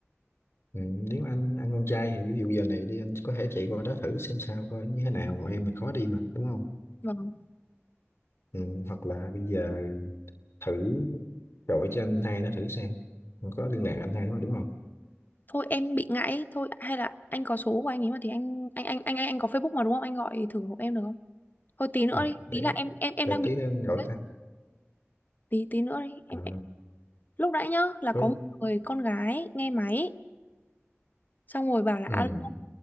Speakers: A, on the left; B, on the left.
A: Ừ, nếu anh anh con trai thì ví dụ giờ này đi anh có thể chạy qua đó thử xem sao coi như thế nào còn em mình khó đi mà đúng không
B: Vâng.
A: ừ, hoặc là bây giờ thử gọi cho anh hai nó thử xem Không có liên lạc anh hai nó mà, đúng không
B: Thôi em bị ngại ấy. thôi hay là anh có số của anh ấy mà thì anh anh anh anh anh, anh có Facebook mà đúng không? Anh gọi thử hộ em được không? Thôi tí nữa
A: à,
B: đi,
A: để
B: ý là em em em
A: để
B: đang
A: tí
B: bị
A: nữa anh gọi
B: ấy.
A: cho
B: Tí tí nữa đi.
A: à,
B: Em, em lúc nãy nhá là
A: có
B: có một người con gái nghe máy xong rồi bảo là
A: ừ,
B: alo